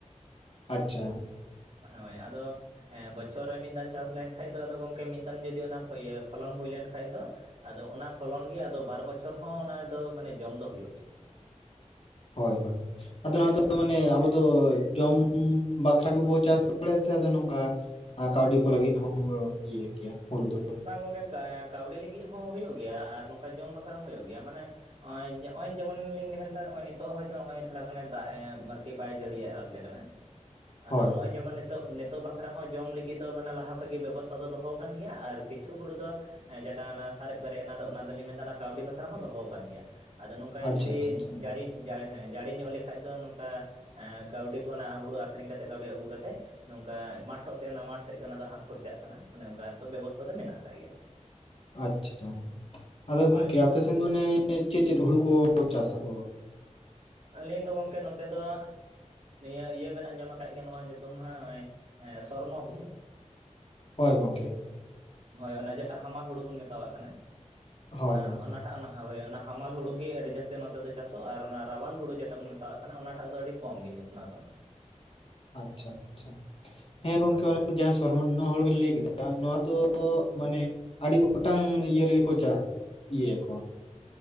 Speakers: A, on the left; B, on the right.
A: ᱟᱪᱪᱷᱟ
B: ᱦᱳᱭ ᱟᱫᱚ ᱵᱚᱪᱷᱚᱨ ᱨᱮ ᱢᱤᱫ ᱫᱟᱱ ᱪᱟᱥ ᱞᱮᱱᱠᱷᱟᱡ ᱫᱚ ᱟᱫᱚ ᱜᱚᱢᱠᱮ ᱢᱤᱫ ᱫᱟᱱ ᱡᱩᱫᱤ ᱚᱱᱟ ᱯᱷᱚᱞᱚᱱ ᱦᱩᱭ ᱞᱮᱱᱠᱷᱟᱡ ᱫᱚ, ᱟᱫᱚ ᱚᱱᱟ ᱯᱷᱚᱞᱚᱱ ᱜᱮ ᱟᱫᱚ ᱵᱟᱨ ᱵᱚᱪᱷᱚᱨ ᱦᱚᱸ ᱚᱱᱟ ᱫᱚ ᱢᱟᱱᱮ ᱡᱚᱢ ᱫᱚ ᱦᱩᱭᱩᱜ ᱜᱮᱭᱟ᱾
A: ᱦᱳᱭ ᱦᱳᱭ ᱟᱫᱚ ᱱᱭᱟ ᱫᱚ
B: ᱦᱳᱭ
A: ᱢᱟᱱᱮ ᱟᱵᱚ ᱫᱚ ᱡᱚᱢ ᱦᱩᱸ ᱵᱟᱠᱷᱨᱟ ᱜᱮ ᱵᱚ ᱪᱟᱥ ᱵᱟᱬᱟᱭᱟ ᱥᱮ ᱟᱫᱚ ᱱᱚᱝᱠᱟ ᱟᱨ ᱠᱟᱹᱣᱰᱤ ᱠᱚ ᱞᱟᱹᱜᱤᱫ ᱦᱚᱸ ᱤᱭᱟᱹ ᱜᱮᱭᱟ ᱦᱩᱲᱩ ᱫᱚ
B: ᱵᱟᱝ ᱜᱚᱝᱠᱮ ᱠᱟᱹᱣᱰᱤ ᱞᱟᱹᱜᱤᱫ ᱦᱚᱸ ᱦᱩᱭᱩᱜ ᱜᱮᱭᱟ, ᱟᱨ ᱱᱚᱝᱠᱟ ᱡᱚᱢ ᱵᱟᱠᱷᱨᱟ ᱦᱚᱸ ᱦᱩᱭᱩᱜ ᱜᱮᱭᱟ, ᱢᱟᱱᱮ ᱱᱚᱜᱼᱚᱭ ᱱᱚᱜᱼᱚᱭ ᱡᱮᱢᱚᱱ ᱞᱤᱧ ᱢᱮᱱᱮᱫᱟ ᱱᱚᱜᱼᱚᱭ ᱱᱤᱛᱚᱜ ᱦᱭᱛᱳ ᱱᱚᱜᱼᱚᱭ ᱛᱷᱚᱲᱟ ᱜᱟᱱᱮ ᱫᱟᱜ ᱮ ᱟᱨᱠᱤ ᱵᱟᱭ ᱡᱟᱹᱲᱤᱭᱟᱜᱼᱟ᱾ <unintelligible> ᱟᱫᱚ
A: ᱦᱳᱭ
B: ᱱᱚᱜᱼᱚᱭ ᱡᱮᱢᱚᱱ ᱱᱤᱛᱚᱜ ᱱᱮ ᱛᱚ ᱵᱟᱠᱷᱨᱟ ᱦᱚᱸ ᱡᱚᱢ ᱞᱟᱹᱜᱤᱫ ᱫᱚ ᱢᱟᱱᱮ ᱞᱟᱦᱟ ᱠᱷᱚᱡᱜ ᱜᱮ ᱵᱮᱵᱚᱥᱛᱷᱟ ᱫᱚ ᱫᱚᱦᱚ ᱟᱠᱟᱱ ᱜᱮᱭᱟ ᱟᱨ ᱠᱤᱪᱷᱩ ᱦᱩᱲᱩ ᱫᱚ ᱡᱮᱴᱟ ᱚᱱᱟ ᱥᱟᱨᱮᱡ ᱵᱮᱨᱮᱡ ᱮᱱᱟ ᱚᱱᱟ ᱫᱚᱞᱤᱧ ᱢᱮᱱᱫᱟ ᱚᱱᱟ ᱠᱟᱹᱣᱰᱤ ᱵᱟᱠᱷᱨᱟ ᱦᱚᱸ ᱫᱚᱦᱚ ᱟᱠᱟᱱ ᱜᱮᱭᱟ᱾ ᱟᱫᱚ ᱱᱚᱝᱠᱟ
A: ᱟᱪᱪᱷᱟ
B: ᱡᱩᱫᱤ
A: ᱟᱪᱪᱷᱟ ᱟᱪᱪᱷᱟ
B: ᱡᱟᱹᱲᱤᱮᱸ ᱡᱟᱹᱲᱤᱧᱚᱜ ᱞᱮᱠᱷᱟᱡ ᱫᱚ ᱱᱚᱝᱠᱟ, ᱮᱸ ᱠᱟᱹᱣᱰᱤ ᱠᱚ ᱚᱱᱟ ᱦᱩᱲᱩ ᱟᱠᱷᱨᱤᱧ ᱠᱟᱛᱮᱜ ᱠᱟᱹᱣᱰᱤ ᱟᱹᱜᱩ ᱠᱟᱛᱮᱫ, ᱱᱚᱝᱠᱟ ᱢᱟᱴᱷᱚᱜ ᱥᱮᱫ ᱚᱱᱟ ᱢᱟᱴᱷ ᱥᱮᱫ ᱜᱮ ᱚᱱᱟ ᱫᱚ ᱦᱟᱸᱜ ᱠᱷᱚᱨᱪᱟᱜ ᱠᱟᱱᱟ, ᱚᱱᱮ ᱚᱱᱠᱟᱫᱚ ᱵᱮᱵᱚᱥᱛᱷᱟ, ᱚᱠᱛᱚ ᱫᱚ ᱢᱮᱱᱟᱜ ᱟᱠᱟᱫ ᱜᱮᱭᱟ᱾
A: ᱟᱪᱪᱷᱟ ᱟᱫᱚ
B: ᱦᱳᱭ
A: ᱜᱚᱝᱠᱮ ᱟᱯᱮᱥᱮᱫ ᱫᱚ ᱢᱟᱱᱮ ᱪᱮᱫ ᱪᱮᱫ ᱦᱩᱲᱩ ᱠᱚ ᱪᱟᱥᱟᱠᱚ?
B: ᱟᱹᱞᱤᱧ ᱫᱚ ᱜᱚᱝᱠᱮ ᱱᱚᱱ ᱛᱮ ᱫᱚ ᱱᱤᱭᱟᱹ ᱤᱭᱟᱹ ᱵᱤᱱ ᱟᱸᱡᱚᱢ ᱟᱠᱟᱫ ᱜᱮᱭᱟ ᱱᱚᱣᱟ ᱧᱩᱛᱩᱢ ᱦᱚᱸ ᱱᱚᱜ ᱥᱚᱨᱱᱚ ᱦᱩᱲᱩ
A: ᱦᱳᱭ ᱜᱚᱝᱠᱮ
B: ᱦᱳᱭ ᱚᱱᱟ ᱡᱮᱴᱟ ᱦᱟᱢᱟᱞ ᱦᱩᱲᱩ ᱵᱚᱱ ᱢᱮᱛᱟᱣᱟᱜ ᱠᱟᱱᱟ
A: ᱦᱳᱭ
B: ᱚᱱᱟ
A: ᱦᱳᱭ
B: ᱚᱱᱟᱴᱟᱜ
A: ᱦᱳᱭ
B: ᱚᱱᱟ <unintelligible> ᱚᱱᱟ ᱦᱟᱢᱟᱞ ᱦᱩᱲᱩ ᱜᱮ ᱟᱹᱰᱤ ᱡᱟᱹᱥᱛᱤ ᱱᱚᱛᱮ ᱫᱚ ᱪᱟᱥᱚᱜ ᱟᱨ ᱚᱱᱟ ᱨᱟᱣᱟᱞ ᱦᱩᱲᱩ ᱡᱮᱴᱟ ᱵᱚᱱ ᱢᱮᱛᱟᱣᱟᱜ ᱠᱟᱱᱟ ᱚᱱᱟᱴᱟᱜ ᱫᱚ ᱟᱹᱰᱤ ᱠᱚᱢ ᱜᱮ ᱚᱱᱟ ᱫᱚ
A: ᱟᱪᱪᱷᱟ ᱟᱪᱪᱷᱟ ᱦᱮᱸ
B: ᱦᱳᱭ
A: ᱜᱚᱝᱠᱮ ᱚᱱᱮ ᱡᱟᱦᱟᱸ ᱥᱚᱨᱢᱚᱱᱚ ᱦᱩᱲᱩ ᱵᱤᱱ ᱞᱟᱹᱭ ᱠᱮᱫᱟ ᱱᱚᱣᱟ ᱫᱚ ᱢᱟᱱᱮ ᱟᱹᱰᱤ ᱜᱚᱴᱟᱝ ᱤᱭᱟᱹ ᱨᱮᱜᱮᱠᱚ ᱪᱟ ᱤᱭᱟᱹᱭᱟᱚᱠ